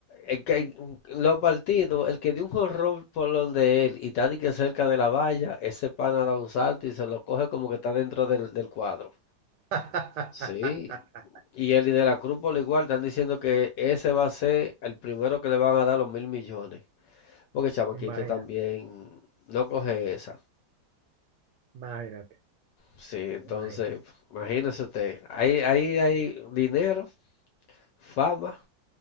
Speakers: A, on the left; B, on the right.
A: el que- en los partidos, el que dio un jorrón por donde él y está de que cerca de la valla, ese pana da un salto y se lo coge como que está dentro del, del cuadro.
B: <laughs>
A: Sí, y él y De la Cruz por igual están diciendo que ese va a ser el primero que le van a dar los mil millones. Porque Chamaquito
B: Imagina,
A: también no coge esa.
B: imagínate,
A: Sí, entonces,
B: imagínate.
A: imagínese usted, ahí, ahí hay hay dinero fama